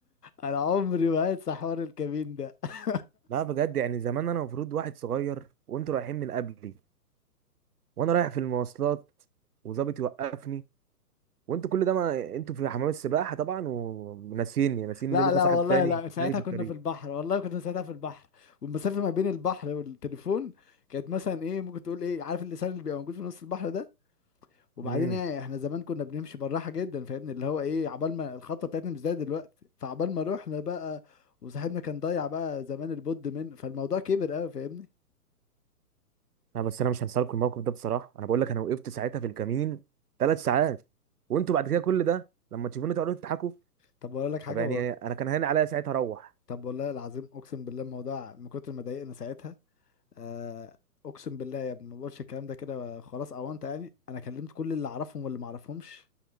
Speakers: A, on the left (about 75°); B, on the right (about 70°).
A: أنا عمري ما هنسى حوار الكمين ده <laughs>
B: لا بجد يعني زمان انا المفروض واحد صغير وانتوا رايحين من قبلي وانا رايح في المواصلات وظابط يوقفني وانتوا كل ده ما انتوا في حمام السباحه طبعا وناسيني ناسيين
A: لا
B: ان لكم
A: لا
B: صاحب
A: والله
B: تاني
A: لا ساعتها
B: جاي في
A: كنا
B: الطريق
A: في البحر والله كنا ساعتها في البحر والمسافة ما بين البحر والتليفون كانت مثلا ايه ممكن تقول ايه عارف اللسان اللي بيبقى موجود في نص البحر ده وبعدين
B: امم
A: ايه احنا زمان كنا بنمشي بالراحة جدا فاهمني اللي هو ايه عبال ما الخطة بتاعتنا مش زي دلوقتي فعبال ما رحنا بقى وصاحبنا كان ضايع بقى زمان البود من فالموضوع كبر قوي فاهمني
B: لا بس انا مش هنسى لكم الموقف ده بصراحه انا بقول لك انا وقفت ساعتها في الكمين ثلاث ساعات وانتوا بعد كده كل ده لما تشوفوني تقعدوا تضحكوا
A: طب اقول لك حاجه
B: طب يعني
A: و...
B: انا كان هين عليا ساعتها اروح
A: طب والله العظيم اقسم بالله الموضوع من كتر ما ضايقنا ساعتها آه اقسم بالله يا ابني ما بقولش الكلام ده كده خلاص اوانت يعني انا كلمت كل اللي اعرفهم واللي ما اعرفهمش